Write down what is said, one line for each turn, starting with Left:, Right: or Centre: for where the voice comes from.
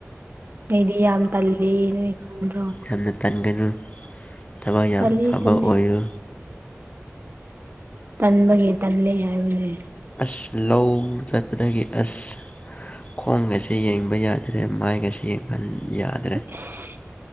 Right: ꯑꯩꯗꯤ ꯌꯥꯝ ꯇꯜꯂꯤ ꯅꯣꯏ ꯈꯪꯗ꯭ꯔꯣ
Left: ꯌꯥꯝꯅ ꯇꯟꯒꯅꯨ ꯊꯕꯛ ꯌꯥꯝ
Right: ꯇꯜꯂꯤ
Left: ꯐꯕ
Right: ꯇꯜꯂꯦ
Left: ꯑꯣꯏꯌꯨ
Right: ꯇꯟꯕꯒꯤ ꯇꯜꯂꯦ ꯍꯥꯏꯕꯅꯦ
Left: ꯑꯁ ꯂꯧ ꯆꯠꯄꯗꯒꯤ ꯑꯁ ꯈꯣꯡꯒꯁꯦ ꯌꯦꯡꯕ ꯌꯥꯗ꯭ꯔꯦ ꯃꯥꯏꯒꯁꯦ ꯌꯦꯡ <unintelligible> ꯌꯥꯗ꯭ꯔꯦ
Right: ꯏꯁ